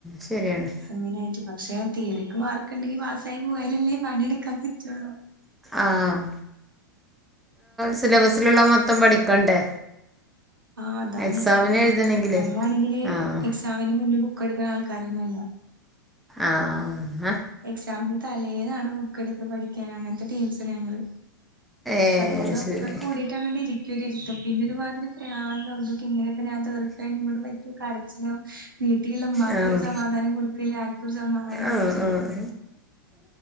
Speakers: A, in the centre; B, on the right.
A: ശരിയാണ്
B: അങ്ങനായിട്ട് പ പക്ഷെ തീരക്ക് മാർക്കണ്ടെങ്കി പാസ്സായി പോയാലല്ലേ പണിയെടുക്കാൻ പറ്റുള്ളു
A: ആഹ് സിലബസിലുള്ള മൊത്തം പഠിക്കണ്ടേ
B: ആ അതാണ്
A: എക്സാമിന്
B: സത്യം
A: എഴുതണെങ്കിലേ
B: ഞങ്ങളാണെങ്കില്
A: ആഹ്
B: എക്സാമിന് മുന്നിൽ ബുക്ക് എടുക്കുന്ന ആൾക്കാരൊന്നും അല്ല
A: ആഹ്
B: എക്സാമിന് തലേന്നാണ് ബുക്ക് എടുത്ത് പഠിക്കാൻ അങ്ങനത്തെ ടീമിസ് ഞങ്ങള്
A: ഏഹ്
B: അതോണ്ട്
A: ശരി
B: ക്കെ കൂടി <unintelligible> കരച്ചിലാവും വീട്ടിൽ ഉമാക്കൊരു
A: ആഹ്
B: സമാധാനം കൊടുക്കില്ല ആർക്കൊരു സമാധാനം
A: ആഹ്
B: കൊടുക്കില്ല
A: ആഹ്